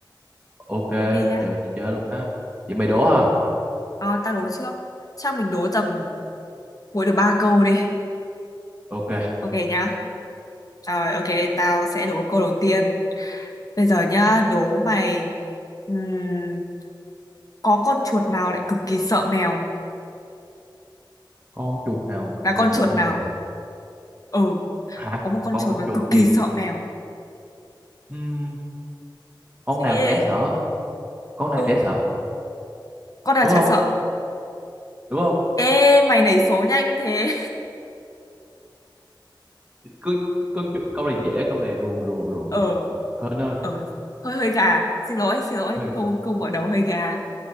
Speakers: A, on the right; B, on the left.
A: ok
B: Ok nhá.
A: chờ chờ luôn đó vậy mày đố hả
B: Ờ, tao đố trước. Chắc mình đố tầm mỗi được ba câu đi.
A: ok
B: Ok nhá. Rồi ok, tao sẽ đố câu đầu tiên. Bây giờ nhá, đố mày ừm, có con chuột nào lại cực kỳ sợ mèo?
A: con chuột nào cực
B: Là
A: kỳ
B: con
A: sợ
B: chuột
A: mèo
B: nào? Ừ.
A: hả
B: có một con
A: con
B: chuột mà
A: chuột
B: cực kỳ
A: gì
B: sợ mèo
A: Ừm, con
B: suy
A: nào
B: nghĩ đi
A: dễ sợ con nào
B: ừ
A: dễ sợ
B: con nào
A: đúng
B: chả
A: không
B: sợ
A: đúng không
B: ê mày nảy số nhanh thế
A: cứ con chuột câu này dễ câu này rùa rùa
B: <laughs>
A: rùa
B: ờ
A: rùa hơn ơi
B: ờ hơi hơi gà xin lỗi xin lỗi
A: hơi ghê.
B: câu câu mở đầu hơi gà